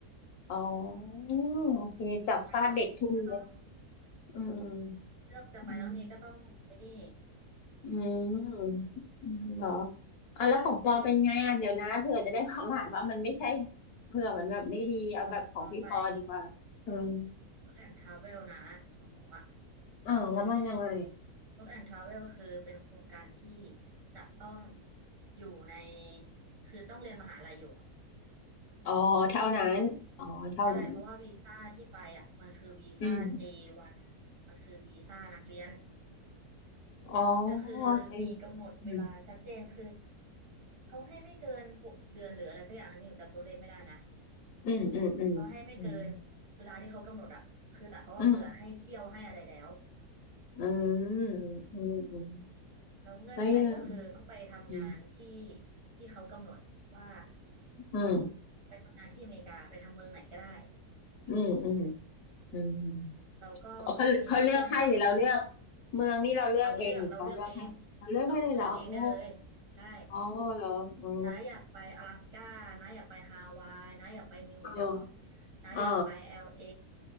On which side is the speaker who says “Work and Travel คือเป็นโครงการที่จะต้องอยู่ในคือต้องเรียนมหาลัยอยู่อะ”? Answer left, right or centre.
Right